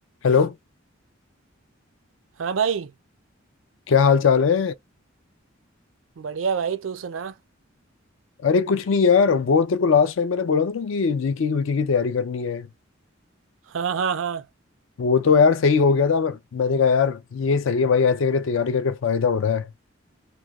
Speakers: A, on the left (about 70°); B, on the right (about 70°).
A: Hello
B: हाँ भाई
A: क्या हाल चाल है
B: बढ़िया भाई तू सुना
A: अरे कुछ नहीं यार वो तेरे को लास्ट टाइम मैंने बोला था ना कि जीके की वीके की तैयारी करनी है
B: हाँ हाँ हाँ
A: वो तो यार सही हो गया था मैं- मैंने कहा यार ये सही है भाई ऐसे करके तैयारी करके फायदा हो रहा है